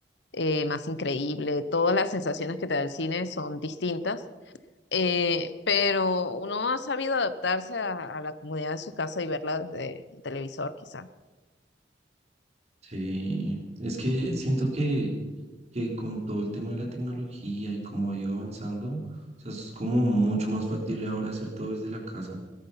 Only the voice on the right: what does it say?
Sí, es que siento que, que con todo el tema de la tecnología y cómo ha ido avanzando, o sea, es como mucho más factible ahora hacer todo desde la casa.